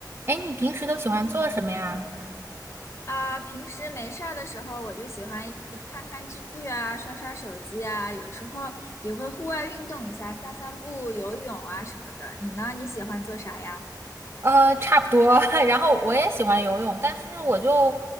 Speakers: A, on the right (about 30°); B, on the left (about 40°).
A: 哎，你平时都喜欢做什么呀？
B: 啊，平时没事儿的时候，我就喜欢看看剧啊，刷刷手机啊，有时候也会户外运动一下，散散步、游泳啊什么的。你呢？你喜欢做啥呀？
A: 呃，差不多。<laughs> 然后我也喜欢游泳，但是我就